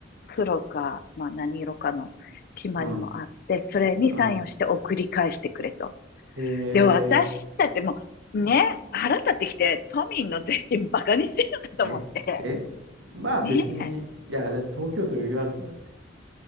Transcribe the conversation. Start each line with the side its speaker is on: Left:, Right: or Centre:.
Left: 黒か、まあ何色かの決まりもあって、
Right: うん。
Left: それにサインをして送り返してくれと。
Right: うんえ
Left: で、私たちも、ね、腹立ってきて、都民の税金バカにしてるのかと思って。
Right: ええ、え、まあ別に、
Left: ね
Right: いや、だって東京都余裕あるもんだって。